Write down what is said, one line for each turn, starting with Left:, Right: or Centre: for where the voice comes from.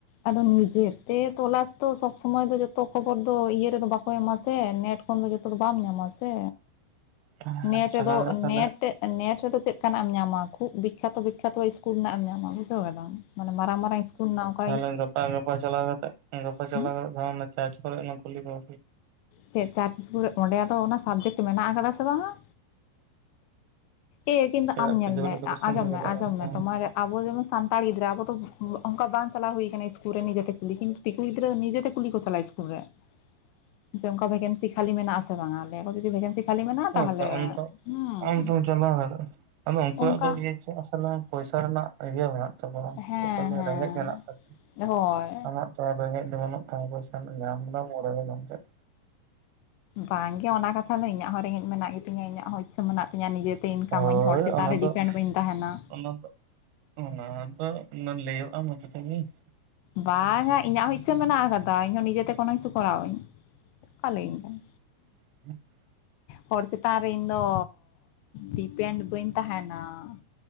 Left: ᱟᱫᱚ ᱱᱤᱡᱮᱛᱮ ᱛᱚᱞᱟᱥ ᱫᱚ ᱥᱚᱵᱽ ᱥᱚᱢᱚᱭ ᱫᱚ ᱡᱚᱛᱚ ᱠᱷᱚᱵᱚᱨ ᱫᱚ ᱤᱭᱟᱹ ᱨᱮᱫᱚ ᱵᱟᱠᱚ ᱮᱢᱟ ᱥᱮ ᱱᱮᱴ ᱠᱷᱚᱱ ᱫᱚ ᱡᱚᱛᱚ ᱫᱚ ᱵᱟᱢ ᱧᱟᱢᱟ ᱥᱮ?
Right: <unintelligible>
Left: ᱱᱮᱴ
Right: ᱪᱟᱞᱟᱣ
Left: ᱨᱮᱫᱚ ᱱᱮᱴ
Right: ᱛᱟᱦᱞᱮ
Left: ᱛᱮᱜ ᱱᱮᱴ ᱨᱮᱫᱚ ᱪᱮᱜ ᱠᱟᱱᱟᱜ ᱮᱢ ᱧᱟᱢᱟ ᱠᱷᱩᱵ ᱵᱤᱠᱠᱷᱟᱛᱚ ᱵᱤᱠᱠᱷᱟᱛᱚ ᱤᱥᱠᱩᱞ ᱨᱮᱱᱟᱜ ᱮᱢ ᱧᱟᱢᱟ ᱵᱩᱡᱷᱟᱹᱣ ᱠᱟᱫᱟᱢ ᱾ ᱢᱟᱱᱮ ᱢᱟᱨᱟᱝ ᱢᱟᱨᱟᱝ ᱤᱥᱠᱩᱞ ᱱᱟᱜ ᱾
Right: ᱛᱟᱦᱚᱞᱮ ᱜᱟᱯᱟ ᱜᱟᱯᱟ ᱪᱟᱞᱟᱣ ᱠᱟᱛᱮᱫ ᱜᱟᱯᱟ ᱪᱟᱞᱟᱣ
Left: ᱦᱩᱸ
Right: <unintelligible> ᱪᱟᱨᱡ ᱠᱚᱨᱮᱞᱟᱝ ᱠᱩᱞᱤ ᱠᱚᱣᱟ᱾
Left: ᱪᱮᱫ ᱪᱟᱨᱡ ᱤᱥᱠᱩᱞ ᱨᱮ, ᱚᱸᱰᱮ ᱟᱫᱚ ᱚᱱᱟ ᱥᱟᱵᱡᱮᱠᱴ ᱢᱮᱱᱟᱜ ᱟᱠᱟᱫᱟ ᱥᱮ ᱵᱟᱝᱼᱟ? ᱮ ᱠᱤᱱᱛᱩ
Right: ᱪᱮᱫᱟᱜ
Left: ᱟᱢ ᱧᱮᱞ
Right: ᱯᱷᱤᱡᱤᱠᱮᱞ
Left: ᱢᱮ,
Right: ᱮᱰᱩᱠᱮᱥᱚᱱ
Left: ᱟᱸ ᱟᱸᱡᱚᱢ
Right: ᱫᱚ ᱪᱮᱫᱟᱜ
Left: ᱢᱮ ᱟᱸᱡᱚᱢ
Right: ᱵᱟᱢ ᱛᱟᱦᱮᱱᱟ
Left: ᱢᱮ ᱛᱳᱢᱟᱨ ᱟᱵᱚ ᱡᱮᱢᱚᱱ ᱥᱟᱱᱛᱟᱲ ᱜᱤᱫᱽᱨᱟᱹ ᱟᱵᱚ ᱫᱚ <unintelligible> ᱚᱱᱠᱟ ᱵᱟᱝ ᱪᱟᱞᱟᱣ ᱦᱩᱭ ᱠᱟᱱᱟ ᱤᱥᱠᱩᱞ ᱨᱮ ᱱᱤᱡᱮ ᱛᱮ ᱠᱩᱞᱤ, ᱠᱤᱱᱛᱩ ᱫᱤᱠᱩ ᱜᱤᱫᱽᱨᱟᱹ ᱱᱤᱡᱮ ᱛᱮ ᱠᱩᱞᱤ ᱠᱚ ᱪᱟᱞᱟᱜ-ᱟ ᱤᱥᱠᱩᱞ ᱨᱮ ᱾ ᱡᱮ ᱚᱝᱠᱟ ᱵᱷᱮᱠᱮᱱᱥᱤ ᱠᱷᱟᱞᱤ ᱢᱮᱱᱟᱜ-ᱟ ᱥᱮ ᱵᱟᱝ-ᱟ <unintelligible> ᱡᱩᱫᱤ ᱵᱷᱮᱠᱮᱱᱥᱤ ᱠᱷᱟᱹᱞᱤ ᱢᱮᱱᱟᱜᱼᱟ
Right: ᱦᱮᱸᱪᱚ
Left: ᱛᱟᱦᱚᱞᱮ
Right: ᱟᱢ ᱛᱚ
Left: ᱦᱩᱸ
Right: ᱟᱢ ᱛᱚᱢ ᱪᱟᱞᱟᱣ ᱫᱟᱲᱮᱭᱟᱜᱼᱟ, ᱟᱫᱚ ᱩᱱᱠᱩᱣᱟᱜ
Left: ᱚᱱᱠᱟ
Right: ᱫᱚ ᱤᱭᱟᱹ ᱪᱮᱫ ᱟᱥᱚᱞᱮ ᱯᱚᱭᱥᱟ ᱨᱮᱱᱟᱜ ᱤᱭᱟᱹ ᱢᱮᱱᱟᱜ ᱛᱟᱠᱚᱣᱟ
Left: ᱦᱮᱸ
Right: ᱪᱮᱫ ᱠᱚ ᱞᱟᱹᱭᱟ
Left: ᱦᱮᱸ
Right: ᱨᱮᱸᱜᱮᱡ ᱢᱮᱱᱟᱜ ᱛᱟᱠᱚᱣᱟ
Left: ᱦᱳᱭ
Right: ᱾ ᱟᱢᱟᱜ ᱛᱚ ᱟᱨ ᱨᱮᱸᱜᱮᱡ ᱫᱚ ᱵᱟᱹᱱᱩᱜ ᱛᱟᱢᱟ ᱯᱚᱭᱥᱟ ᱨᱮᱱᱟᱜ ᱧᱟᱢ ᱫᱟᱢ ᱩᱲᱟᱹᱣ ᱫᱟᱢ ᱪᱮᱫ?
Left: ᱵᱟᱝ ᱜᱮ ᱚᱱᱟ ᱠᱟᱛᱷᱟ ᱫᱚ ᱤᱧᱟᱜ ᱦᱚᱸ ᱨᱮᱸᱜᱮᱡ ᱢᱮᱱᱟᱜ ᱜᱮᱛᱤᱧᱟ, ᱤᱧᱟᱹᱜ ᱦᱚᱸ ᱤᱪᱪᱷᱟᱹ ᱢᱮᱱᱟᱜ ᱛᱤᱧᱟ ᱱᱤᱡᱮ ᱛᱮ ᱤᱱᱠᱟᱢᱟᱹᱧ
Right: ᱦᱳᱭ
Left: ᱦᱚᱲ ᱪᱮᱛᱟᱱ
Right: ᱚᱱᱟ
Left: ᱨᱮ
Right: ᱫᱚ
Left: ᱰᱤᱯᱮᱱᱰ ᱵᱟᱹᱧ ᱛᱟᱦᱮᱸᱱᱟ ᱾
Right: ᱚᱱᱟ ᱫᱚ ᱚᱱᱟ ᱫᱚ ᱞᱟᱹᱭᱚᱜᱼᱟ ᱢᱚᱪᱟ ᱛᱮᱜᱮ ᱾
Left: ᱵᱟᱝᱟ ᱤᱧᱟᱹᱜ ᱦᱚᱸ ᱤᱪᱪᱷᱟᱹ ᱢᱮᱱᱟᱜ ᱟᱠᱟᱫᱟ, ᱤᱧᱦᱚᱸ ᱱᱤᱡᱮ ᱛᱮ ᱠᱚᱱᱳ ᱠᱤᱪᱷᱩ ᱠᱚᱨᱟᱣ ᱟᱹᱧ ᱾ ᱪᱮᱫ ᱠᱚ ᱞᱟᱹᱭᱟᱹᱧ ᱠᱟᱱᱟ?
Right: <inaudible>
Left: ᱦᱚᱲ ᱪᱮᱛᱟᱱ ᱨᱮ ᱤᱧᱫᱚ ᱰᱤᱯᱮᱱᱰ ᱵᱟᱹᱧ ᱛᱟᱦᱮᱸᱱᱟ ᱾